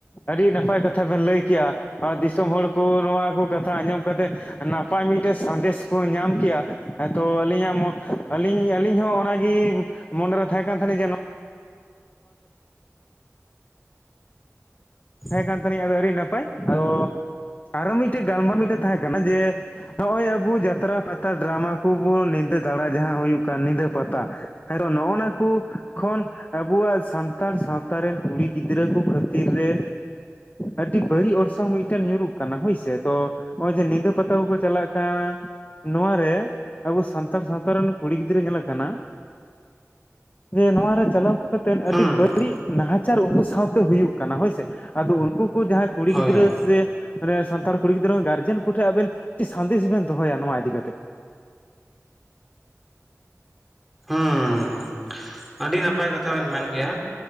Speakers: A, on the left; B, in the centre.
A: ᱟᱹᱰᱤ ᱱᱟᱯᱟᱭ ᱠᱟᱛᱷᱟ ᱵᱮᱱ ᱞᱟᱹᱭ ᱠᱮᱜᱼᱟ ᱟᱨ ᱫᱤᱥᱚᱢ ᱦᱚᱲ ᱠᱚ᱾ ᱱᱚᱣᱟ ᱠᱚ ᱠᱟᱛᱷᱟ ᱟᱸᱡᱚᱢ ᱠᱟᱛᱮ ᱱᱟᱯᱟᱭ ᱢᱤᱫᱼᱼ ᱴᱮᱜ ᱥᱟᱸᱫᱮᱥ ᱠᱚ ᱧᱟᱢ ᱠᱮᱜᱼᱟ ᱮᱛᱚ ᱟᱹᱞᱤᱧᱟᱜ ᱟᱹᱞᱤᱧ ᱟᱹᱞᱤᱧ ᱦᱚᱸ ᱚᱱᱟᱜᱮ, ᱢᱚᱱᱮᱨᱮ ᱛᱟᱦᱮᱸ ᱠᱟᱱ ᱡᱟᱹᱡᱤᱡ ᱡᱮ ᱱᱚᱼᱼ
B: ᱦᱮᱸ <inaudible>
A: ᱛᱟᱦᱮᱸ ᱠᱟᱱ ᱛᱟᱹᱞᱤᱧ ᱟᱫᱚ ᱟᱹᱰᱤ ᱱᱟᱯᱟᱭ ᱟᱫᱚ ᱟᱨᱚ ᱢᱤᱫᱼᱼ ᱴᱮᱡ ᱜᱟᱞᱢᱟᱨᱟᱣ ᱢᱤᱫᱴᱮᱡ ᱛᱟᱦᱮᱸ ᱠᱟᱱᱟ ᱡᱮ ᱱᱚᱜᱼᱚᱭ ᱟᱵᱚ ᱡᱟᱛᱨᱟ ᱯᱟᱛᱼᱼ ᱱᱮᱛᱟᱨ ᱰᱨᱟᱢᱟ ᱠᱚᱵᱚᱱ ᱧᱤᱫᱟᱹ ᱫᱟᱬᱟ ᱡᱟᱦᱟᱸ ᱦᱩᱭᱩᱜ ᱠᱟᱱ ᱧᱤᱫᱟᱹ ᱯᱟᱛᱟ ᱱᱚᱜᱼᱚᱱᱟ ᱠᱚ ᱠᱷᱚᱱ᱾ ᱟᱵᱚᱣᱟᱜ ᱥᱟᱱᱛᱟᱲ ᱥᱟᱶᱛᱟ ᱨᱮᱱ ᱠᱩᱲᱤ ᱜᱤᱫᱽᱨᱟᱹ ᱠᱚ ᱠᱷᱟᱹᱛᱤᱨ ᱨᱮ᱾ ᱟᱹᱰᱤ ᱵᱟᱹᱲᱤᱡ ᱚᱨᱥᱚᱝ ᱢᱤᱫᱴᱮᱱ ᱧᱩᱨᱩᱜ ᱠᱟᱱᱟ᱾ ᱦᱳᱭ ᱥᱮ, ᱛᱚ ᱱᱚᱜᱼᱚᱭ ᱡᱮ ᱧᱤᱫᱟᱹ ᱯᱟᱛᱟ ᱠᱚᱠᱚ ᱪᱟᱞᱟᱜ ᱠᱟᱱ ᱱᱚᱣᱟ ᱨᱮ ᱟᱵᱚ ᱥᱟᱱᱛᱟᱲ ᱥᱟᱶᱛᱟ ᱨᱮᱱ ᱠᱩᱲᱤ ᱜᱤᱫᱽᱨᱟᱹ ᱧᱮᱞᱚᱜ ᱠᱟᱱᱟ᱾ ᱡᱮ ᱱᱚᱣᱟ ᱨᱮ ᱪᱟᱞᱟᱣ ᱠᱟᱛᱮ ᱟᱹᱰᱤ
B: ᱦᱩᱸ
A: ᱵᱟᱹᱲᱤᱡ ᱱᱟᱦᱟᱪᱟᱨ ᱩᱱᱠᱩ ᱥᱟᱶᱛᱮ ᱦᱩᱭᱩᱜ ᱠᱟᱱᱟ, ᱦᱳᱭ ᱥᱮ᱾ ᱟᱫᱚ ᱩᱱᱠᱩ ᱠᱚ ᱡᱟᱦᱟᱸᱭ ᱠᱚ ᱠᱩᱲᱤ
B: ᱦᱳᱭ
A: ᱜᱤᱫᱽᱨᱟᱹ
B: ᱦᱳᱭ
A: ᱥᱮ ᱢᱟᱱᱮ ᱥᱟᱱᱛᱟᱲ ᱠᱩᱲᱤ ᱜᱤᱫᱽᱨᱟᱹ ᱜᱟᱨᱡᱮᱱ ᱠᱚ ᱴᱷᱮᱱ ᱟᱵᱮᱱ ᱪᱮᱫ ᱥᱟᱸᱫᱮᱥ ᱵᱮᱱ ᱫᱚᱦᱚᱭᱟ? ᱱᱚᱣᱟ ᱤᱫᱤ ᱠᱟᱛᱮᱫ?
B: ᱦᱩᱸ᱾ ᱟᱹᱰᱤ ᱱᱟᱯᱟᱭ ᱠᱟᱛᱷᱟ ᱵᱮᱱ ᱢᱮᱱ ᱠᱮᱜᱼᱟ᱾